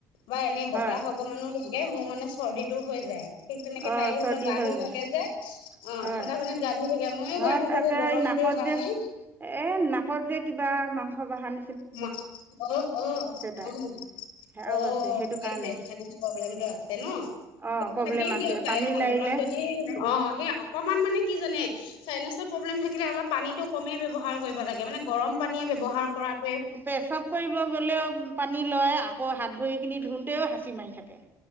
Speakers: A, on the left; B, on the right.
A: বা এনে বতাহ
B: হয়
A: অকমানো লাগে মোৰ মানে চৰ্দি টো হৈ যায় ঠিক তেনেকে
B: অঁ
A: তাৰিখ ধৰি
B: চৰ্দি
A: লওক গা
B: হৈ
A: ধুই
B: যায়
A: থাকে যে। অ
B: হয়
A: ঠাণ্ডা পানীত গা ধুই থাকে মইও
B: নহ
A: গা ধুই থাকো
B: তে
A: গৰমটোৰ
B: এই নাকত
A: কাৰণে
B: যে এ নাকত যে যে কিবা মাংস বাহান।
A: না অঁহ ',- অঁহ ',
B: তাই
A: - অঁহ ',
B: সেয়াও
A: উম,
B: আছে সেইটো কাৰণে
A: ছাইনাছৰ প্ৰব্লেম। আছে ন
B: অ' প্ৰব্লেম
A: থাকেই
B: আছে
A: দিয়ক চাই
B: পানী
A: ভাল
B: লাৰিলে
A: অলপ যদি অহ ', সেই অকমান মানে কি জানে ছাইনাছৰ প্ৰব্লেম থাকিলে অলপ পানীটো কমেই ব্যৱহাৰ কৰিব লাগে মানে গৰম পানীয়ে ব্যৱহাৰ কৰাত
B: প্ৰেচাব কৰিব গ'লেও পানী লয় আকৌ হাত ভৰি খিনি ধুতেও হাচি মাৰি থাকে।